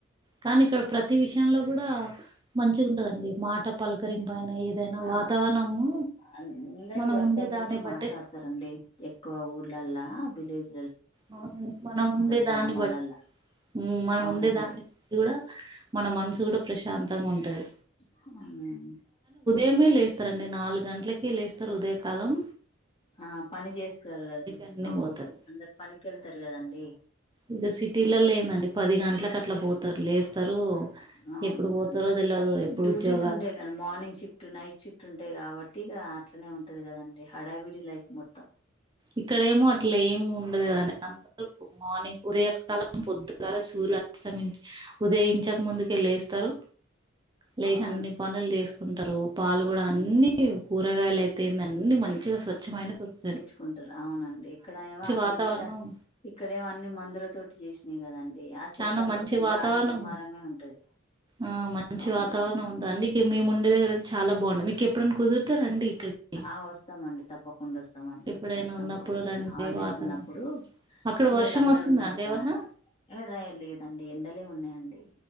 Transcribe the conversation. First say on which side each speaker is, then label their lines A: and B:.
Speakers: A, on the right; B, on the left.
A: కానీ, ఇక్కడ ప్రతి విషయంలో, కూడ మంచిగుంటదండి. మాట, పలకరింపు అయినా ఏదైనా
B: ఆ
A: వాతావరణము
B: అందరు
A: మనం
B: వరుస
A: ఉండే
B: పెట్టి
A: దాన్ని బట్టే
B: మాట్లాడతారండి. ఎక్కువ ఊర్లల్లా. ఆ విలేజ్.
A: అవునండి. మనం ఉండే
B: గ్రామాలల్లా
A: దాన్ని బట్, మ్ మనం
B: అవునండి
A: ఉండే దాన్ని బట్టి కూడ మన మనసు కూడ ప్రశాంతంగా ఉంటది.
B: మ్
A: ఏమే లేస్తారండి. నాలుగు గంటలకె లేస్తారు, ఉదయ కాలం.
B: ఆ పని చేస్తారు కదా!
A: అన్నీ
B: అవును,
A: పోతారు.
B: అందరు పనికెళ్తారు కదండి!
A: ఇగ సిటీలలో ఏందండి, పది గంటలకు అట్ల పోతారు. లేస్తారు
B: అవున,
A: ఎప్పుడు పోతారో తెల్వదు ఎప్పుడు
B: డ్యూటీస్
A: ఉద్యోగాలు
B: ఉంటాయి కదా! మార్నింగ్ షిఫ్ట్, నైట్ షిఫ్ట్ ఉంటాయి కాబట్ ట్టి ఇగ అట్లనే ఉంటది కదండి! హడావిడి లైఫ్ మొత్తం.
A: ఇక్కడేమో అట్ల ఏమి ఉండదు కదండి! అందరు మార్నింగ్, ఉదయ కా లం పొద్దుగాల, సూర్యా అస్తమించి ఉదయించక ముందుకే లేస్తారు. లేచి
B: అవును
A: అన్ని పనులు చేసుకుంటారు. పాలు కూడ అన్ని
B: ఉమ్.
A: కూరగాయలు అయితే ఎన్నని అన్ని మంచిగా స్వచ్ఛమైన దొరుకుతయి.
B: తీసుకుంటారు. అవునండి. ఇక్కడేమో, అంత
A: వాతావరణం
B: ఇక్కడేమో అన్ని మందుల తోటి చేసినయి కదండి. ఆ చెత్త
A: చానా మంచి
B: మొత్తం
A: వాతావరణం
B: గాలి దుమారమే ఉంటది.
A: ఆ మంచి
B: అవునండి
A: వాతావరణం ఉంటది. అందుకే మేము ముండే దగ్గర అయితే చాలా బాగుండె మీకు ఎప్పుడైనా కుదురుతే రండి. ఇక్కడికి
B: ఆ వస్తమండి. తప్పకుండా వస్తమండి.
A: ఎప్పుడైనా
B: వస్తాము
A: ఉన్నప్పుడు రండి
B: హాలిడేస్
A: వాతావరణం
B: ఉన్నప్పుడు.
A: అక్కడ
B: పిల్లలందరూ
A: వర్షం వస్తుందా
B: ఉండాలి
A: అండి
B: కదండి.
A: ఏమన్నా
B: ఎ రెయ్ లెదండి ఎండలే ఉన్నాయండి.